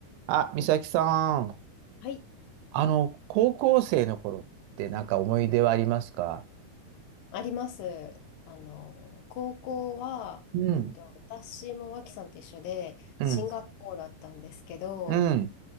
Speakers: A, on the right; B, on the left.
A: あ、美咲さん、
B: はい、
A: あの、高校生の頃ってなんか思い出はありますか
B: あります。あの、高校は、
A: うん、
B: えっと、私も脇さんと一緒で、
A: うん、
B: 進学校だったんですけど、
A: うん、